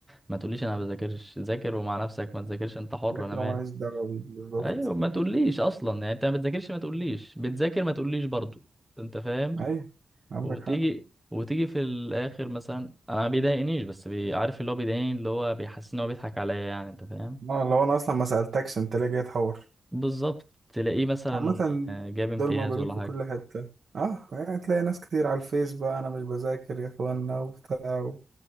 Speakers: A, in the centre; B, on the right.
A: ما تقوليش انا ما بذاكرش ذاكر ومع نفسك ما تذاكرش انت حر
B: لكن
A: انا مالي
B: هو ماليش دعوة بيه بالظبط
A: ايوه ما تقوليش اصلا يعني انت ما بتذاكرش ما تقوليش بتذاكر ما تقوليش برضو انت فاهم
B: أيوة عندك
A: وتيجي
B: حق
A: وتيجي في الاخر مثلا انا ما بيضايقنيش بس بي... عارف اللي هو بيضايقني اللي هو بيحسسني ان هو بيضحك عليا يعني انت فاهم
B: اه لو أنا أصلا ما سألتكش أنت ليه جاي تحور
A: بالظبط تلاقيه مثلا
B: عامة
A: آه، جاب امتياز
B: دول موجودين
A: ولا
B: في
A: حاجة
B: كل حتة اه يعني تلاقي ناس كتير على الفيس بقى انا مش بذاكر يا اخوانا وبتاع و...